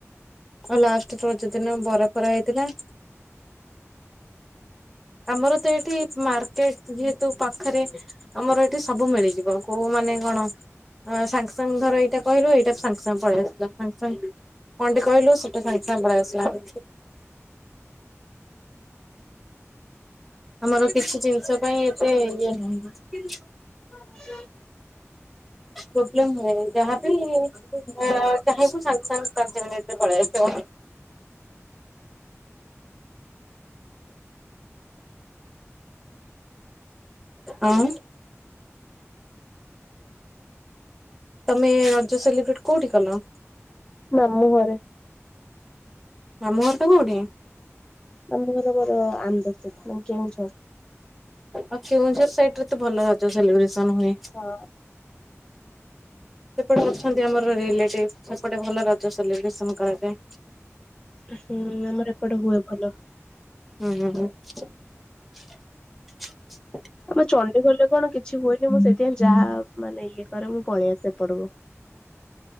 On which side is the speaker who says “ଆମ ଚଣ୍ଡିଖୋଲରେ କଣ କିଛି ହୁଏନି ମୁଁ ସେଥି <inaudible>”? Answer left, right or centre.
Left